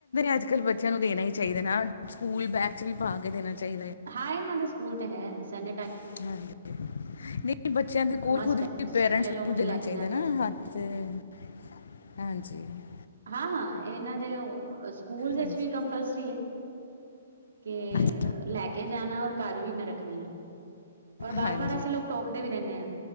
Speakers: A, on the left; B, on the right.
A: ਅੱਜ-ਕੱਲ੍ਹ ਬੱਚਿਆਂ ਨੂੰ ਦੇਣਾ ਹੀ ਚਾਹੀਦਾ ਨਾ, ਸਕੂਲ ਬੈਗ 'ਚ ਵੀ ਪਾ ਕੇ ਦੇਣਾ ਚਾਹੀਦਾ ਹੈ।
B: ਹਾਂ ਇਹਨਾਂ ਦੇ ਸਕੂਲ 'ਤੇ ਹੈ ਸੈਨੇਟਾਈਜ਼ਰ।
A: ਕੀ ਕਰ ਰਹੇ ਹੋ,
B: ਮਸਟ
A: ਆਪ
B: ਹੈ
A: ਇੰਗਲਿਸ਼
B: ਇਹ ਲੋਕ
A: ਕਿੱਥੋਂ
B: ਤੇ ਲੈ ਕੇ ਜਾਂਦੇ
A: ਆ
B: ਨੇ
A: ਗਈ ਵਿਚਕਾਰ ਅਤੇ ਹਾਂਜੀ।
B: ਹਾਂ ਹਾਂ ਇਹਨਾਂ ਦੇ ਸਕੂਲ ਵਿੱਚ
A: ਹਾਂਜੀ
B: ਵੀ ਕੰਪਲਸਰੀ ਹੈ ਕਿ
A: ਅੱਛਾ
B: ਲੈ ਕੇ ਜਾਣਾ ਔਰ ਘਰ ਵੀ ਮੈਂ ਰੱਖਣੀ ਆ ਔਰ ਵਾਰ
A: ਹਾਂਜੀ
B: ਵਾਰ ਅਸੀਂ ਲੋਕ ਟੋਕਦੇ ਵੀ ਰਹਿੰਦੇ ਆ